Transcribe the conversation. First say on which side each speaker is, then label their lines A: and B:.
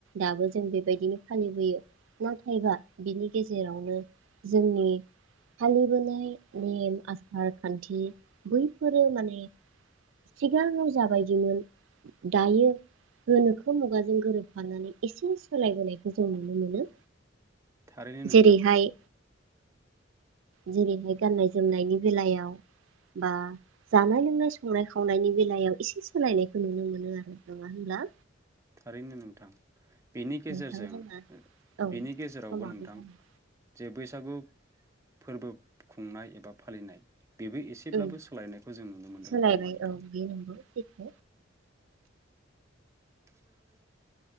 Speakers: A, on the right; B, on the right.
A: दाबो जों बेबायदिनो फालिबोयो नाथायबा बिनि गेजेरावनो जोंनि फालिबोनाय नेम आसार खान्थि बैफोरो माने सिगाङाव जाबायदिमोन दायो गोनोखो मुगाजों गोरोबफानानै एसे सोलायबोनायखौ जों नुनो मोनो
B: थारैनो नोंथां।
A: जेरैहाय जेरैहाय गाननाय जोमनायनि बेलायाव बा जानाय लोंनाय संनाय खावनायनि बेलायाव एसे सोलानायनायखौ नुनो मोनो आरो नङा होनब्ला?
B: थारैनो नोंथां। बेनि गेजेरजों
A: नोंथां जोंना औ
B: बेनि गेजेरावबो
A: समाबो
B: नोंथां
A: जाबाय
B: जे बैसागु फोरबो खुंनाय एबा फालिनाय बेबो एसेब्लाबो
A: ओं
B: सोलायनायखौ जों नुनो मोन्दों
A: सोलायबाय
B: नङा होमबा नोंथां?
A: औ बे नंगौ सैथो
B: <inaudible>